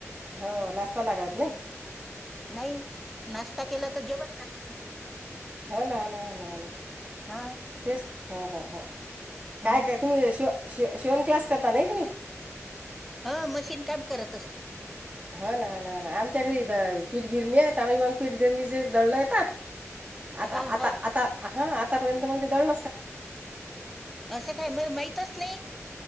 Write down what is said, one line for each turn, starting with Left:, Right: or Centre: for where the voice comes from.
Right: हो नाष्टाना करत नाही
Centre: नाही नाष्टा केला तर जेवण जात मी
Right: हा ना ना ना
Centre: हा
Right: तेच हा ह ह काय
Centre: हा
Right: काय तुम्ही शव शिवण क्लास करता नाही तुम्ही
Centre: हा मशीन काम करत असत
Right: हा ना हा ना ह ना आमच्याकडे पीठगिरणी आहे आही मग पीठगिरणीचे दळण येतात आता
Centre: हा
Right: आता
Centre: हा
Right: आता हा आतापर्यंत मग ते दळण
Centre: असं काय म माहतच नाही